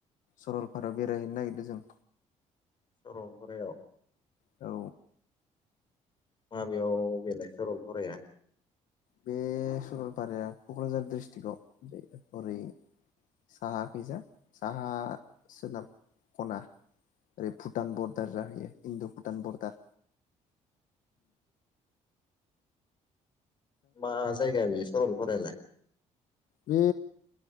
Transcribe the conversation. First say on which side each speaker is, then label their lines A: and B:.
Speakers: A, on the left; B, on the left.
A: सरलपारायाव बेरायहैनो नागिरदों जों।
B: सरलफारायाव?
A: औ।
B: माबेयाव बेलाय सरलफाराया?
A: बे सरलफाराया कक्राझार डिस्ट्रिक्टआव बे ओरै साहाखैजा साहा सोनाब खना ओरै भुटान बरदार जाहैयो इन्द भुटान बरदार।
B: मा जायगा बेयो सरलपारायालाय?
A: बे